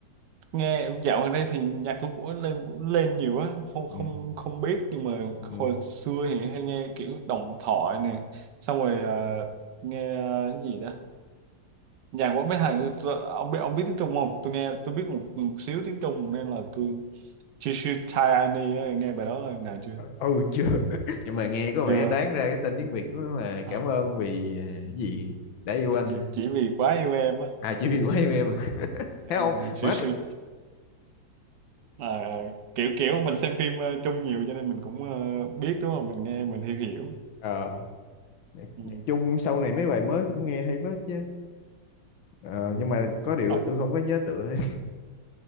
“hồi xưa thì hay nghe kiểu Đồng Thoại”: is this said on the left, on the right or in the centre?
Right